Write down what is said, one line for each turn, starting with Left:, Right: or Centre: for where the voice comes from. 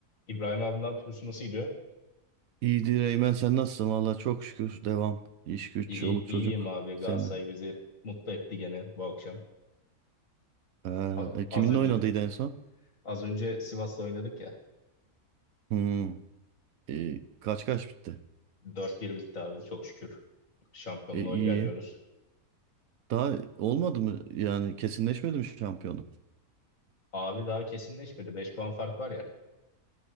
Left: İbrahim abi ne yapıyorsun? Nasıl gidiyor?
Right: İyidir Eymen sen nasılsın? Valla çok şükür devam. İş güç,
Left: İyi,
Right: çoluk
Left: iyi- iyiyim
Right: çocuk.
Left: abi.
Right: Seninle.
Left: Galatasaray bizi mutlu etti gene bu akşam.
Right: Ha,
Left: A-
Right: e,
Left: Az
Right: kiminle
Left: önce
Right: oynadıydı en son?
Left: az önce Sivas'la oynadık ya.
Right: Hmm, e, kaç kaç bitti?
Left: 4-1 bitti abi çok şükür. Şampiyonluğa
Right: E, iyi.
Left: ilerliyoruz.
Right: Daha olmadı mı? Yani kesinleşmedi mi şampiyonluk?
Left: Abi daha kesinleşmedi. 5 puan fark var ya.